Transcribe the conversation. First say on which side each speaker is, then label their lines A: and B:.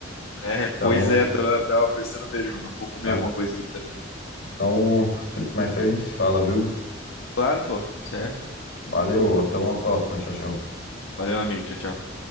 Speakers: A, on the left; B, on the left.
A: É,
B: Então,
A: pois é, tava, tava pensando mesmo, não vou comer
B: a-
A: alguma coisa aqui também.
B: então, mais tarde a gente se fala, viu?
A: Claro, pô, certo,
B: Valeu,
A: demorou.
B: até uma próxima. Tchau, tchau.
A: Valeu, amigo, tchau, tchau.